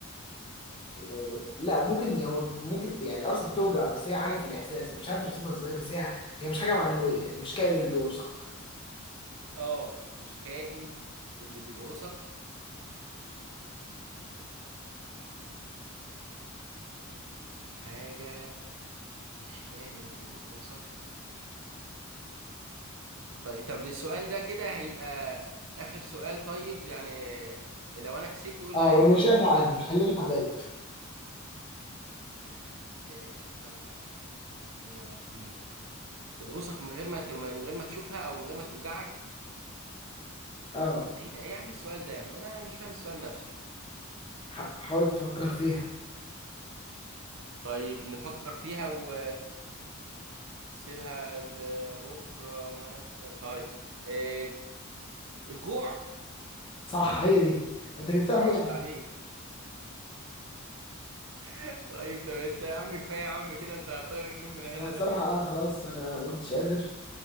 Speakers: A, on the left; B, on the right.
A: يعني لا ممكن هو ممكن يعني قرصة بتوجع بس هي حاجة في الإحساس مش عارف أوصفها إزاي بس هي هي مش حاجة معنوية يعني مش كائن اللي بيقرصك
B: اه مش كائن اللي بيقرصك حاجة مش كائن اللي بيقرصك طيب طب السؤال ده كده هيبقى آخر سؤال طيب يعني لو أنا كسبت قول
A: اه
B: اللي هيحصل
A: والمشيئة تعادل خلينا حبايب
B: آه، آه، إيه يا ربي تقرصك من غير ما ت- من غير ما تشوفها أو من غير ما توجعك
A: اه
B: إيه ده إيه يا عم السؤال ده يا عم أنا مش فاهم السؤال نفسه
A: ح- حاول تفكر فيها
B: طيب نفكر فيها و... سيبها لبكره مثلا طيب إيه، الجوع
A: صح هي دي ما انت جبتها
B: قشطة
A: اهو يعني
B: عليك <laughs> طيب طب انت يا عم كفايه يا عم كده انت هتطير النوم من عيني
A: انا الصراحة
B: انا كده
A: اه خلاص انا ما كنتش قادر